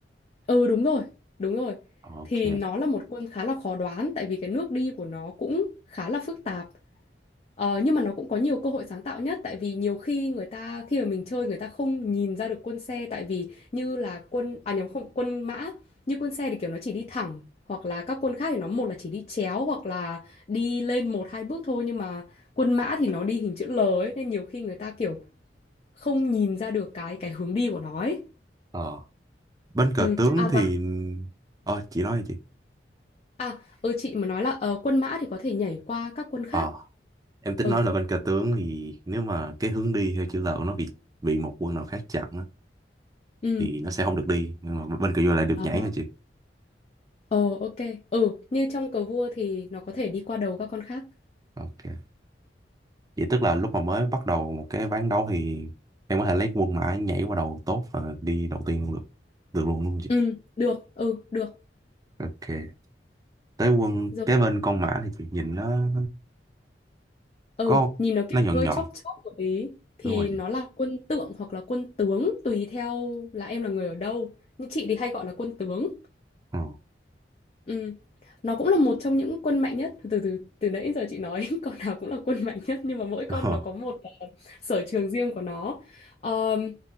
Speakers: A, on the left; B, on the right.
A: ừ đúng rồi, đúng rồi.
B: ok
A: Thì nó là một quân khá là khó đoán tại vì cái nước đi của nó cũng khá là phức tạp. Ờ, nhưng mà nó cũng có nhiều cơ hội sáng tạo nhất tại vì nhiều khi người ta khi mà mình chơi người ta không nhìn ra được quân xe tại vì như là quân à nhầm không quân mã như quân xe thì kiểu nó chỉ đi thẳng hoặc là các quân khác thì nó một là chỉ đi chéo hoặc là đi lên một hai bước thôi nhưng mà quân mã thì nó đi hình chữ L ấy nên nhiều khi người ta kiểu không nhìn ra được cái cái hướng đi của nó ấy.
B: Ờ. Bên cờ
A: Ừ
B: tướng
A: à và
B: thì ờ chị nói đi chị.
A: à ừ, chị mà nói là ờ, quân mã thì có thể nhảy qua các quân khác.
B: Ờ em tính
A: Ừ
B: nói là bên cờ tướng thì nếu mà cái hướng đi theo chữ L của nó bị bị một quân nào khác chặn á,
A: ừ.
B: thì nó sẽ không được đi nhưng mà bên cờ vua lại được
A: Đó.
B: nhảy hả chị?
A: Ờ ok. Ừ, như trong cờ vua thì nó có thể đi qua đầu các con khác.
B: Ok. Vậy tức là lúc mà mới bắt đầu một cái ván đấu thì em có thể lấy quân mã nhảy qua đầu tốt và đi đầu tiên luôn được. Được luôn luôn chị.
A: Ừ, được, ừ, được.
B: Ok. Tới quân
A: Rồi,
B: cái bên con mã thì chị nhìn nó
A: ừ,
B: có
A: nhìn nó kiểu
B: nó nhọn
A: hơi
B: nhọn.
A: chóp chóp một tí thì
B: Đúng rồi
A: nó
B: chị.
A: là quân tượng hoặc là quân tướng tùy theo là em là người ở đâu. Nhưng chị thì hay gọi là quân tướng.
B: Ờ.
A: Ừ. Nó cũng là một trong những quân mạnh nhất từ từ từ nãy giờ chị nói <laughs> con nào cũng là quân mạnh nhất nhưng mà mỗi con
B: <laughs> Ờ.
A: nó có một sở trường riêng của nó. Ờm,